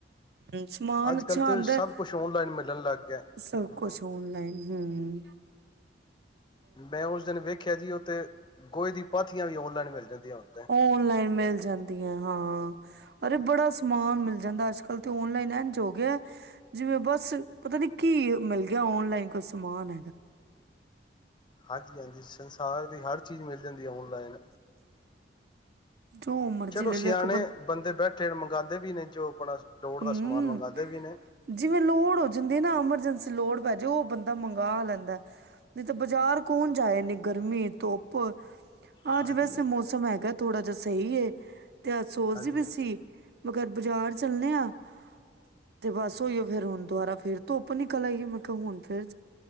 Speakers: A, on the right (about 55°); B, on the left (about 25°).
A: ਹਮ ਸਮਾਨ
B: ਅੱਜ
A: ਅੱਛਾ
B: ਕੱਲ੍ਹ ਤਾਂ
A: ਆਂਦਾ।
B: ਸਭ ਕੁਛ ਔਨਲਾਈਨ ਮਿਲਣ ਲੱਗ ਗਿਆ
A: ਸਭ
B: ਹਮ
A: ਕੁਛ ਔਨਲਾਈਨ। ਹੁੰ।
B: ਮੈਂ ਔਸ ਦਿਨ ਵੇਖਿਆ ਸੀ। ਤੇ ਗੋਹੇ ਦੀ ਪਾਥੀਆਂ ਵੀ ਔਨਲਾਈਨ ਮਿਲ ਜਾਂਦੀਆਂ ਹੁਣ ਤੇ
A: ਔਨਲਾਈਨ ਮਿਲ ਜਾਂਦੀਆਂ। ਹਾਂ, ਅਰੇ ਬੜਾ ਸਮਾਨ ਮਿਲ ਜਾਂਦਾ ਅੱਜ ਕਲ ਤੇ ਔਨਲਾਈਨ ਇੰਜ ਹੋ ਗਿਆ, ਜਿਵੇਂ ਬਸ, ਪਤਾ ਨੀ ਕੀ ਐ ਮਿਲ ਗਿਆ ਔਨਲਾਈਨ ਕੋਈ ਸਮਾਨ।
B: ਹਾਂਜੀ- ਹਾਂਜੀ, ਸੰਸਾਰ ਦੀ ਹਰ ਚੀਜ਼ ਮਿਲ ਜਾਂਦੀ ਹੈ ਔਨ ਲਾਈਨ
A: ਜੋ ਮਰਜ਼ੀ
B: ਚਲੋ
A: ਲੈ
B: ਸਿਆਣੇ
A: ਲਓ ਇੱਕ
B: ਬੰਦੇ ਬੈਠੇ ਨੇ ਮੰਗਾਂਦੇ ਵੀ ਨੇ ਜੋ ਆਪਣਾ ਲੋੜ
A: ਹਮ।
B: ਦਾ ਸਮਾਨ ਮੰਗਵਾਉਂਦੇ ਵੀ ਨੇ
A: ਜਿਵੇਂ ਲੋੜ ਹੋ ਜਿੰਦੇ ਨਾ ਐਮਰਜੈਂਸੀ ਲੋੜ ਪੈ ਜੇ ਉਹ ਬੰਦਾ ਮੰਗਵਾ ਲੈਂਦਾ ਨਹੀਂ ਤਾਂ ਬਾਜ਼ਾਰ ਕੌਣ ਜਾਏ ਨੇ ਗਰਮੀ ਧੁੱਪ
B: ਹਾਂਜੀ
A: ਅੱਜ ਵੈਸੇ
B: ਹਾਂਜੀ
A: ਮੌਸਮ ਹੈਗਾ ਥੋੜਾ ਜਾ ਸਹੀ ਹੈ। ਤੇ ਸੋਚ
B: ਹਾਂਜੀ
A: ਦੀ ਵੀ
B: ਹਾਂਜੀ
A: ਸੀ ਗਰ ਬਾਜ਼ਾਰ ਚੱਲਣੇ ਆਾਂ <unintelligible> ਤੇ ਬਸ ਉਹੀਓ ਫੇਰ ਹੁਣ ਦੁਬਾਰਾ ਧੁੱਪ ਨਿਕਲ ਆਈ ਤਾ ਹੁਣ ਫਿਰ